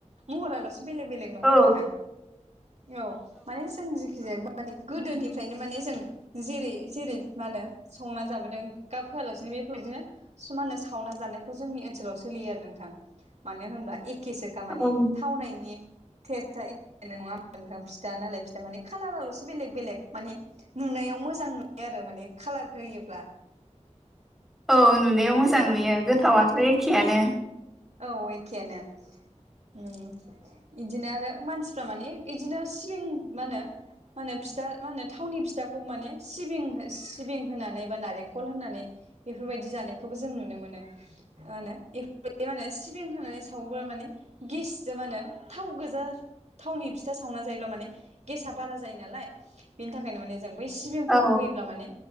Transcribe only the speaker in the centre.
औ
औ
औ नुनायाव मोजां
नुयो गोथावाथ' एखेआनो
औ